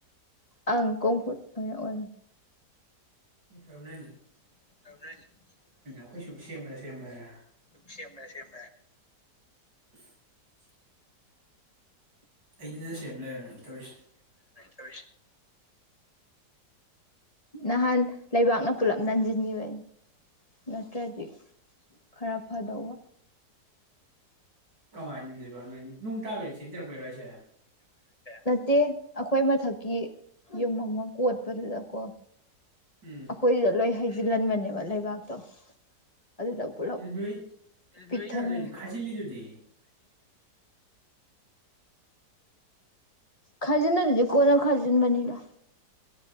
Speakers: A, on the left; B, on the right.
A: ꯑꯪ ꯀꯣꯡꯐꯨꯠ ꯑꯣꯏꯕꯅꯦ
B: ꯁꯤꯠꯇꯕꯅꯅꯤ
A: <unintelligible>
B: ꯑꯩꯈꯣꯏꯁꯨ ꯁꯦꯝꯕꯗ ꯁꯦꯝꯕꯗꯅ
A: ꯁꯦꯝ ꯁꯦꯝ
B: <inaudible> ꯑꯩꯅꯅ ꯁꯦꯝꯕ ꯂꯩꯔꯝꯅꯤ ꯇꯧꯔꯤꯁꯦ
A: ꯁ ꯅꯍꯥꯟ ꯂꯩꯕꯥꯛꯅ ꯄꯨꯂꯛ ꯅꯟꯖꯟꯒꯤꯚ ꯅꯠꯇ꯭ꯔꯗꯤ ꯈꯔ ꯐꯗꯧꯕ
B: ꯀꯃꯥꯏꯕ ꯎ ꯅꯨꯡ ꯇꯥꯕꯦ ꯆꯦꯟꯊꯔꯛꯄꯔꯣ ꯑꯩꯁꯦ
A: ꯅꯠꯇꯦ ꯑꯩꯈꯣꯏ ꯃꯊꯛꯀꯤ ꯌꯨꯝ ꯑꯃ ꯀꯣꯠꯄꯗꯨꯗꯀꯣ
B: ꯎꯝ
A: ꯑꯩꯈꯣꯏꯁꯤꯗ ꯂꯣꯏ ꯍꯥꯏꯦ ꯜꯍꯟꯕꯅꯦꯕ ꯂꯩꯕꯥꯛꯇꯣ ꯑꯗꯨꯗ ꯄꯨꯂꯞ
B: ꯅꯣꯏ
A: ꯄꯤꯛꯊꯟꯈ꯭ꯔꯦ
B: ꯀꯩꯅꯣ ꯈꯥꯏꯁꯤ ꯑꯗꯨꯗꯤ
A: ꯈꯖꯟꯗ ꯑꯗꯨꯗꯤ ꯀꯣꯅ ꯈꯖꯟꯕꯅꯤꯗ